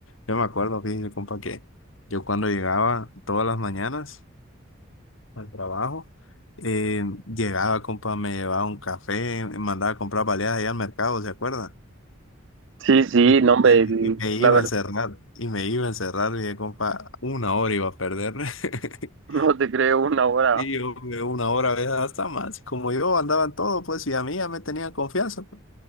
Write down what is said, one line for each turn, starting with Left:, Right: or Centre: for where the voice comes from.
Left: Yo me acuerdo, fíjese, compa, que yo cuando llegaba todas las mañanas al trabajo, eh, llegaba, compa, me llevaba un café, me mandaba a comprar baleadas allá al mercado, ¿se acuerda?
Right: Sí, sí,
Left: Y,
Right: no, hombre,
Left: y-
Right: el-
Left: y me iba
Right: la verdad,
Left: a encerrar, y me iba a encerrar, y dije, compa, una hora iba a perder. <laughs>
Right: <laughs> no te creo una hora.
Left: Y yo que una hora, ¿verdad? hasta más. Como yo andaba en todo, pues, y a mí ya me tenían confianza. pues.